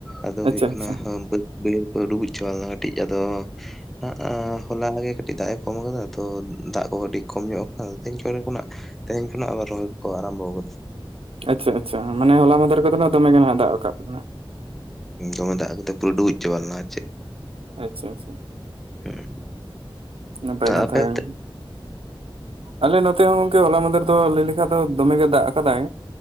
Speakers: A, in the centre; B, on the right.
A: ᱟᱫᱚ
B: ᱟᱪᱪᱷᱟ
A: ᱦᱩᱭᱩᱜ ᱠᱟᱱᱟ
B: ᱟᱪᱪᱷᱟ
A: ᱵᱟᱹᱫᱽ ᱵᱟᱹᱭᱦᱟᱲ ᱠᱚ ᱰᱩᱵᱩᱡ ᱪᱟᱵᱟ ᱞᱮᱱᱟ ᱠᱟᱹᱴᱤᱡ ᱟᱫᱚ ᱱᱟᱜ-ᱟ ᱦᱚᱞᱟ ᱱᱟᱜᱮ ᱠᱟᱹᱴᱤᱡ ᱫᱟᱜ ᱮ ᱠᱚᱢ ᱠᱟᱫᱟ ᱛᱚ ᱫᱟᱜ ᱠᱚ ᱠᱟᱹᱴᱤᱡ ᱠᱚᱢ ᱧᱚᱜ ᱠᱟᱱᱟ ᱛᱮᱦᱮᱧᱱ ᱠᱚᱨᱮ ᱠᱷᱚᱱᱟᱜ ᱛᱮᱦᱮᱧ ᱠᱷᱚᱱᱟᱜ ᱟᱵᱟᱨ ᱨᱚᱦᱚᱭ ᱠᱚ ᱠᱚ ᱟᱨᱟᱢᱵᱚᱣ ᱠᱟᱫᱟ᱾
B: ᱟᱪᱪᱷᱟ ᱟᱪᱪᱷᱟ ᱢᱟᱱ ᱦᱚᱞᱟ ᱢᱟᱫᱷᱮᱨ ᱠᱚᱫᱚ ᱱᱟᱜ ᱫᱚᱢᱮ ᱜᱮᱱᱟᱜ ᱫᱟᱜ ᱟᱠᱟᱫ ᱵᱚᱱᱟ᱾
A: ᱫᱚᱢᱮ ᱫᱟᱜ ᱠᱟᱫᱟᱭ ᱯᱩᱨᱟᱹ ᱰᱩᱵᱩᱡ ᱪᱟᱵᱟ ᱞᱮᱱᱟ ᱪᱮᱫ
B: ᱟᱪᱪᱷᱟ ᱟᱪᱪᱷᱟ
A: ᱦᱩᱸ
B: ᱱᱟᱯᱟᱭ ᱠᱟᱛᱷᱟ
A: ᱟᱯᱮ
B: ᱠᱟᱱ
A: ᱚᱱᱛᱮ
B: ᱟᱞᱮ ᱱᱚᱛᱮ ᱦᱚᱸ ᱜᱚᱝᱠᱮ ᱦᱚᱞᱟ ᱢᱟᱫᱷᱮᱨ ᱫᱚ ᱞᱟᱹᱭ ᱞᱮᱠᱷᱟᱡ ᱫᱚ ᱫᱚᱢᱮ ᱜᱮ ᱫᱟᱜ ᱟᱠᱟᱫᱟᱭ,